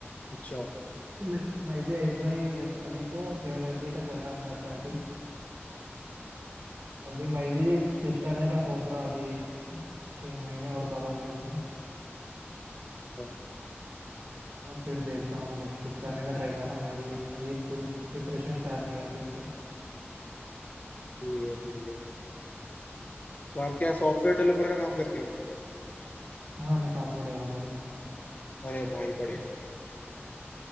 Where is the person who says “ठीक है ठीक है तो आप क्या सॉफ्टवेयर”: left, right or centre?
Left